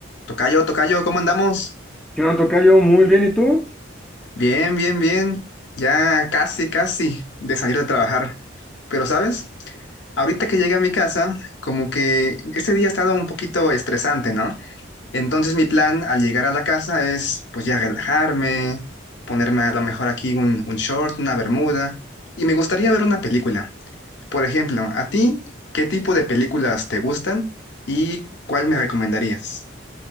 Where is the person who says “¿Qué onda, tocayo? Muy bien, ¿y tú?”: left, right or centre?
Centre